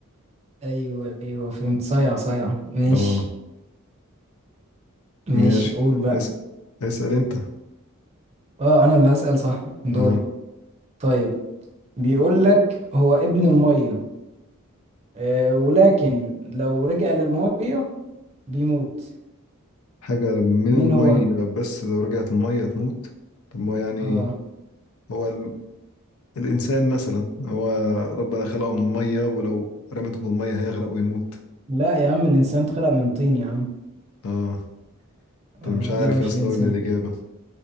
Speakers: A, on the right; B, on the left.
A: ايوه ايوه فهمت صيع صيع ماشي
B: اه
A: ماشي
B: ماشي
A: قول بقى
B: اسأل اسأل انت
A: اه انا اللي هسأل صح دوري
B: اه
A: طيب بيقول لك هو ابن المية آه ولكن لو رجع للمية بيموت
B: حاجة من
A: مين
B: المية
A: هو
B: بس لو رجعت المية تموت طب ما يعني
A: اه
B: هو ال... الإنسان مثلا هو ربنا خلقه من المية ولو رميته في المية هيغرق ويموت
A: لا يا عم الانسان اتخلق من طين يا عم
B: اه انت
A: اه
B: مش عارف
A: لا مش
B: يا اسطى
A: الانسان
B: اقول الإجابة